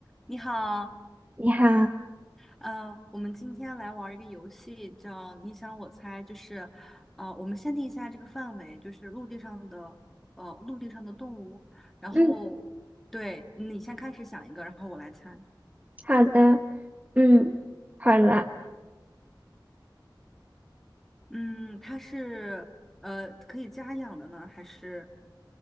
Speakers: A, in the centre; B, on the right.
A: 你好，
B: 你好，
A: 呃，我们今天来玩儿一个游戏，叫你想我猜，就是，呃，我们限定一下这个范围，就是陆地上的，呃，陆地上的动物，然后，
B: 嗯，
A: 对，你先开始想一个，然后我来猜。
B: 好的，嗯，好了，
A: 嗯，它是，呃，可以家养的呢，还是，